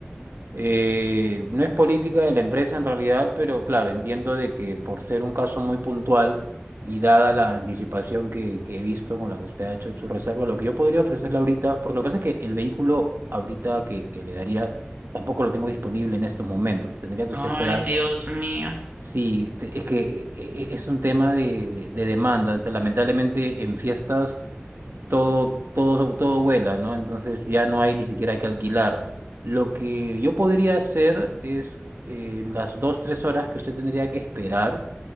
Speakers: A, on the right (about 65°); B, on the right (about 50°).
A: Eh, no es política de la empresa en realidad, pero claro, entiendo de que por ser un caso muy puntual y dada la anticipación que, que he visto con la que usted ha hecho su reserva, lo que yo podría ofrecerle ahorita, porque lo que pasa es que el vehículo ahorita que, que le daría tampoco lo tengo disponible en estos momentos, tendría que
B: Ay,
A: usted esperar.
B: Dios mío.
A: Sí, te- es que eh, eh, es un tema de, de demanda, o sea, lamentablemente en fiestas todo, todo, todo vuela, ¿no? Entonces ya no hay ni siquiera que alquilar. Lo que yo podría hacer es, eh, en las dos, tres horas que usted tendría que esperar,